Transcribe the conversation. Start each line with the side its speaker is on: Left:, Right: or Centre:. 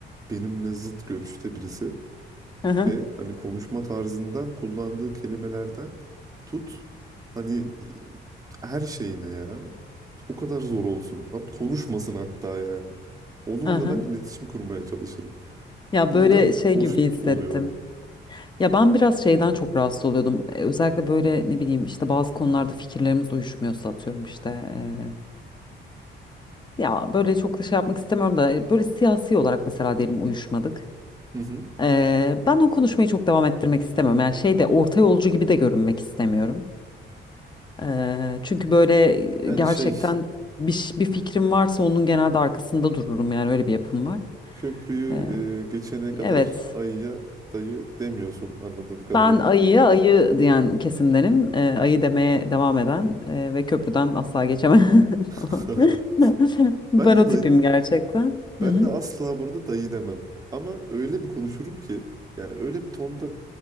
Right: benimle zıt görüşte birisi
Left: Aha,
Right: ve hani konuşma tarzından kullandığı kelimelerden tut hani e, her şeyine ya o kadar zor olsun hat konuşmasın hatta yani onunla
Left: aha.
Right: ben iletişim kurmaya çalışırım
Left: Ya
Right: bundan
Left: böyle şey
Right: hoşnut
Left: gibi hissettim.
Right: oluyorum
Left: Ya ben biraz şeyden çok rahatsız oluyordum. Ee, Özellikle böyle ne bileyim işte bazı konularda fikirlerimiz uyuşmuyorsa atıyorum işte. ee, ya böyle çok da şey yapmak istemiyorum da e, böyle siyasi olarak mesela diyelim uyuşmadık.
Right: hı hı.
Left: Ee, ben o konuşmayı çok devam ettirmek istemiyorum. Yani şey de orta yolcu gibi de görünmek istemiyorum. Eee, çünkü böyle
Right: yani
Left: gerçekten
Right: şey
Left: bir, ş- bir fikrim varsa onun genelde arkasında dururum yani öyle bir yapım var.
Right: köprüyü
Left: Eee,
Right: e, geçene kadar
Left: evet.
Right: ayıya dayı demiyorsun anladığım kadarıyla
Left: Ben ayıya ayı diyen kesimdenim. Eee, ayı demeye devam eden eee, ve köprüden asla geçemem <laughs> falan.
Right: <laughs>
Left: <laughs> Ben
Right: ben de
Left: o
Right: dayı,
Left: tipim gerçekten.
Right: Ben
Left: Hı hı.
Right: de asla burada dayı demem. Ama öyle bir konuşurum ki yani öyle bir tonda